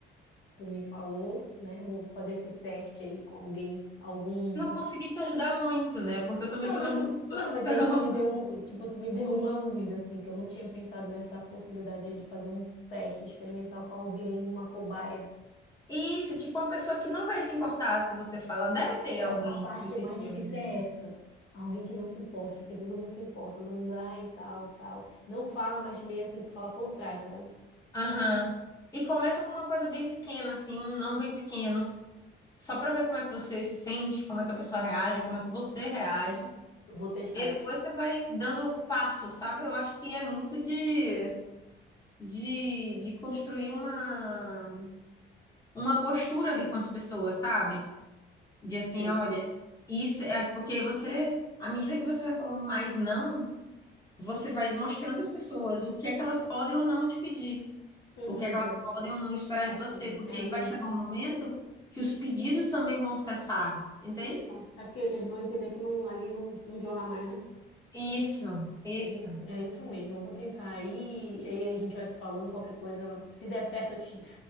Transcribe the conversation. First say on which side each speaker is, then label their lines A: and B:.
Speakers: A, on the left; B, on the left.
A: tu me falou, né? Vou fazer esse teste aí com alguém, algum.
B: Não consegui te ajudar muito, né? Porque eu também
A: Não,
B: tô
A: mas
B: na mesma
A: tu,
B: situação.
A: não, mas aí tu me
B: <laughs>
A: deu, um- tipo, tu me <laughs> deu uma luz, assim, que eu não tinha pensado nessa possibilidade aí de fazer um teste experimental com alguém, uma cobaia.
B: Isso, tipo, uma pessoa que não vai se importar se você fala, deve ter alguém
A: Não, a parte
B: no seu círculo
A: mais difícil
B: de amigos.
A: é essa. Alguém que não se importe, porque todo mundo se importa, todo mundo, ai, e tal, e tal. Não fala, mas meio assim que fala por trás, sabe?
B: Aham. E começa com uma coisa bem pequena, assim, um não bem pequeno. Só pra ver como é que você se sente, como é que a pessoa reage, como é que você reage.
A: Eu vou testar
B: E
A: isso.
B: depois você vai dando passo, sabe? Eu acho que é muito de, de, de construir uma, uma postura ali com as pessoas, sabe? De assim,
A: Sei.
B: olha, isso é porque você, à medida que você vai falando mais não, você vai mostrando às pessoas o que é que elas podem ou não te pedir,
A: Uhum,
B: o que é que
A: dano.
B: elas podem ou não esperar
A: É
B: de
A: porque
B: você, porque
A: é
B: aí
A: a mesmo.
B: vai chegar um momento que os pedidos também vão cessar, entende?
A: Não sei só. É porque eles vão entender que não, ali não, não jorra mais, né?
B: Isso, isso.
A: Mas enfim, é isso mesmo. Eu vou tentar aí, e aí a gente vai se falando qualquer coisa. Se der certo, eu te,